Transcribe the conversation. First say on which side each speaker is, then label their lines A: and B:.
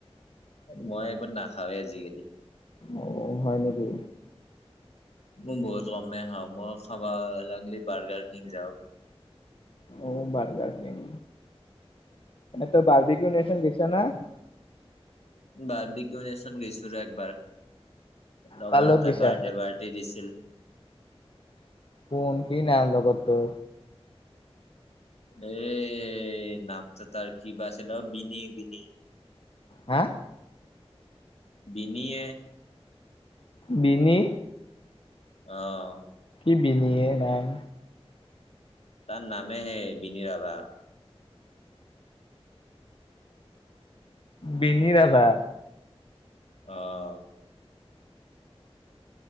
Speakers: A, on the left; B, on the left.
A: মই এইবোৰ নাখাওঁৱে আজিকালি।
B: অ হয় নেকি?
A: মোৰ বহুত কমে খাওঁ মই খাব লাগলি বাৰ্গাৰ কিং যাও।
B: অ বাৰগাৰ কিং এইটো বাৰ্গী <unintelligible> দিছা না।
A: বাৰ্বিকিও নেচন গৈছোঁলো একবাৰ, লগৰ
B: কাৰ লগত
A: এটাই
B: গেইছা
A: বাৰ্থডে পাৰ্টি দিছিল।
B: কোন কি নাম লগৰটোৰ।
A: এই নামটো তাৰ কি বা আছিল, অ', বিনি- বিনি।
B: হা।
A: বিনিয়ে।
B: বিনি।
A: অ'।
B: কি বিনিয়ে নাম।
A: তাৰ নামে সেই বিনি ৰাভা।
B: বিনি ৰাভা।
A: অ'।